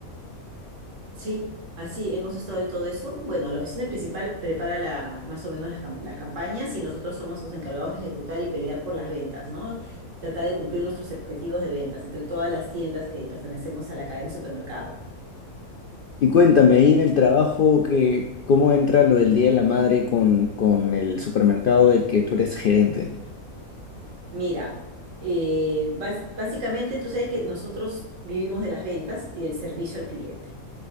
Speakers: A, on the right (about 55°); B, on the left (about 75°).
A: sí, así hemos estado en todo eso. Bueno, la oficina principal prepara la, más o menos las, cam- las campañas y nosotros somos los encargados de ejecutar y pelear por las ventas, ¿no? Tratar de cumplir nuestros objetivos de ventas entre todas las tiendas que pertenecemos a la cadena de supermercado.
B: Y cuéntame ahí en el trabajo que cómo entra lo del Día de la Madre con, con el supermercado del que tú eres gerente,
A: Mira, eh, bas- básicamente tú sabes que nosotros vivimos de las ventas y del servicio al cliente.